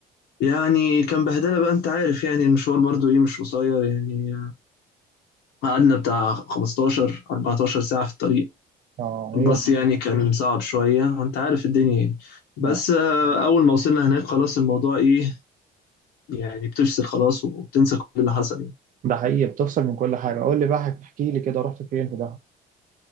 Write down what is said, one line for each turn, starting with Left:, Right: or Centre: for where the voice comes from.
Left: يعني كان بهدله بقى انت عارف يعني المشوار برضو ايه مش قصير يعني قعدنا بتاع 15 14 ساعه في الطريق
Right: آه
Left: الباص
Right: هي مش
Left: يعني كان صعب شويه انت عارف الدنيا يعني بس
Right: آه.
Left: آه، اول ما وصلنا هناك خلاص الموضوع ايه يعني بتفصل خلاص وبتنسى كل اللي حصل يعني
Right: ده حقيقي بتفصل من كل حاجة قول لي بقى احكي لي كده رحت فين في دهب؟